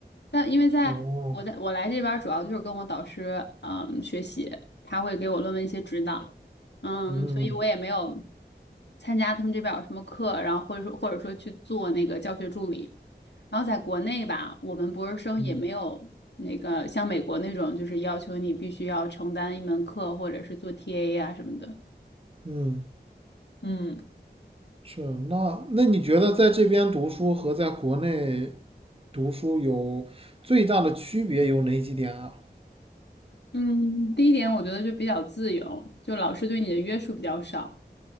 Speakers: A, on the left (about 80°); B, on the right (about 30°).
A: 但因为在我在我来这边儿主要就是跟我导师嗯学习，
B: 哦，
A: 他会给我论文一些指导，嗯，
B: 嗯
A: 所以我也没有参加他们这边儿有什么课，然后或者说或者说去做那个教学助理。然后在国内吧，我们博士生也没有那个像美国那种，
B: 嗯
A: 就是要求你必须要承担一门课或者是做 TA 啊什么的。
B: 嗯，
A: 嗯
B: 是。那那你觉得在这边读书和在国内读书有最大的区别有哪几点啊？
A: 嗯，第一点我觉得就比较自由，就老师对你的约束比较少。